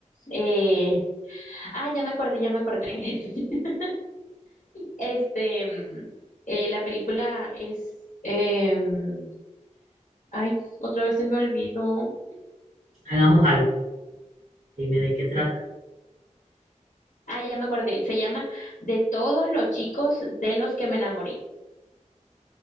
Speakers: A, on the left; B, on the right.
A: eh, ah, ya me acordé, ya me acordé. <laughs> Este, mm, eh, la película es, em, ay, otra vez se me olvidó.
B: Hagamos algo. Dime de qué trata.
A: Ah, ya me acordé. Se llama De todos los chicos de los que me enamoré.